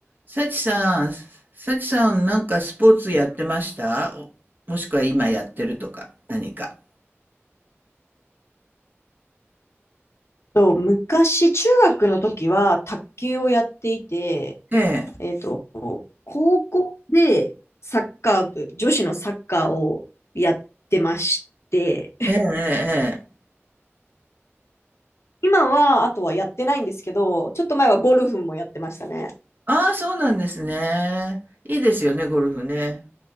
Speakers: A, on the right; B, on the left.
A: サチさん、サチさんなんかスポーツやってましたおもしくは今やってるとか、何か。
B: と、昔、中学の時は卓球をやっていて、
A: ええ、
B: えっと、高校でサッカー部、女子のサッカーをやってまして、
A: ええ、ええ。ええ
B: 今は、あとはやってないんですけど、ちょっと前はゴルフもやってましたね。
A: ああ、そうなんですね。いいですよね、ゴルフね。